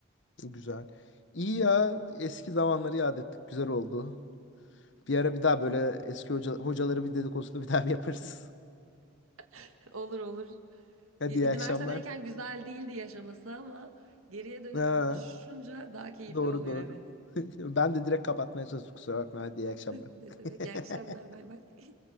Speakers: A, on the left; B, on the right.
A: Güzel. İyi ya eski zamanları yad ettik. Güzel oldu. Bir ara bir daha böyle eski hoca, hocaları bir dedikodusunu bir daha bir yaparız.
B: <laughs> Olur olur.
A: <laughs> Hadi
B: E,
A: iyi
B: Üniversitedeyken
A: akşamlar.
B: güzel değildi yaşaması ama geriye dönüp
A: Ha,
B: konuşunca daha keyifli
A: doğru
B: oluyor
A: doğru.
B: evet.
A: <laughs> Ben de direkt kapatmaya çalıştım kusura bakma. Hadi
B: <laughs>
A: iyi akşamlar. <laughs>
B: Ne demek? İyi akşamlar. Bay bay.